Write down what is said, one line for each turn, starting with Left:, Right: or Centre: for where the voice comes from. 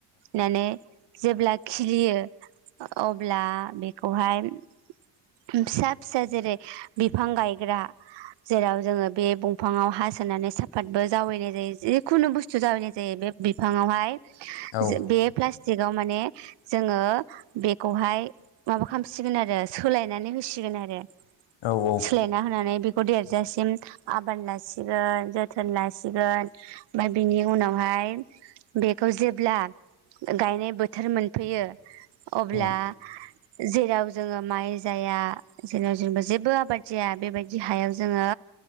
Right: नानै जेब्ला खिलियो अब्ला बेखौहाय फिसा फिसा जेरै बिफां गायग्रा जेराव जोङो बे बंफाङाव हासोनानै साफातबो जावैनाय जायो जिखुनु बुस <unintelligible> जायो बे बिफाङावहाय
Left: औ
Right: जो बे प्लास्टिकआव माने जोङो बेखौहाय माबा खालामसिगोन आरो सोलायनानै होसिगोन आर दे
Left: औ औ
Right: सोलायना होनानै बेखौ देरजासिम आबाद लासिगोन जोथोन लासिगोन बाय बिनि उनावहाय बेखौ जेब्ला गायनाय बोथोर मोनफैयो अब्ला
Left: उम
Right: जेराव जोङो माइ जाया जेनाव जेनबा जेबो आबाद जाया बेबायदि हायाव जोङो